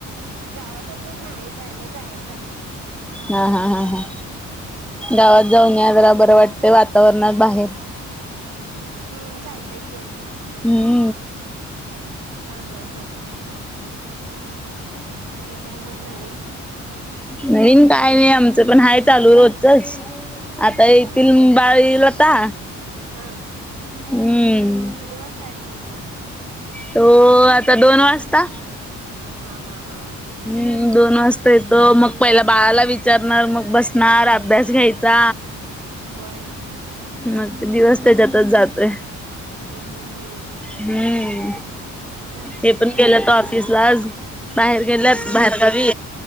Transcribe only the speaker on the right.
गावात अजून नाही जायला जायचंय.
हा
हम्म चालतय की.
हा हा हा. आणि काय मग नवीन.
हा
हा
हा
किती वाजता येतोय तो.
हा हा हा
<inaudible> होय.
हम्म हम् हम्.
चालतंय
की
हम्म
हम्म